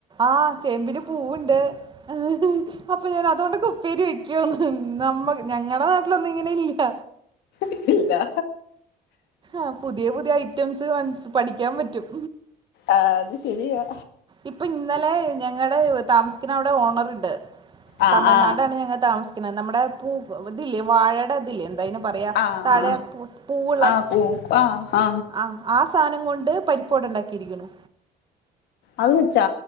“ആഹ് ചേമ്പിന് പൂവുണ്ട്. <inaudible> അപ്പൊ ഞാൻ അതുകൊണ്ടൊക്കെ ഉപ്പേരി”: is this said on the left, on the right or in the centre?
Right